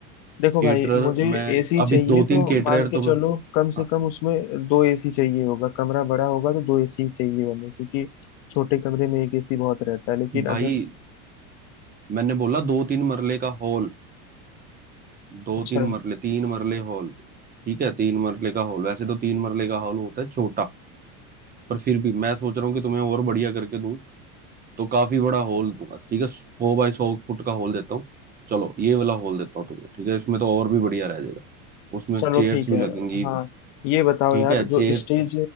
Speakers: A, on the left (about 65°); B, on the right (about 20°).
A: देखो
B: केटरर
A: भाई मुझे
B: मैं
A: एसी
B: अभी
A: चाहिए
B: दो तीन
A: तो
B: केटरर
A: मान के
B: तो
A: चलो
B: मैं
A: कम से
B: हाँ
A: कम उसमें दो एसी चाहिए होगा कमरा बड़ा होगा तो दो एसी चाहिए हमें क्योंकि छोटे कमरे में एक एसी बहुत रहता है लेकिन
B: भाई
A: अगर
B: मैंने बोला दो तीन मरले का हॉल दो
A: अच्छा
B: तीन मरले तीन मरले हॉल ठीक है तीन मरले का हॉल वैसे तो तीन मरले का हॉल होता है छोटा पर फिर भी मैं सोच रहा हूँ कि तुम्हें और बढ़िया करके दूं तो काफी बड़ा होल दूंगा ठीक है सौ बाय सौ फुट का होल देता हूँ चलो ये वाला होल देता हूँ तुम्हें ठीक है इसमें तो और भी बढ़िया रह जाएगा उसमें
A: चलो
B: चेयर्स
A: ठीक
B: भी
A: है
B: लगेंगी
A: हाँ ये बताओ
B: ठीक
A: यार
B: है
A: जो
B: चेयर्स
A: स्टेज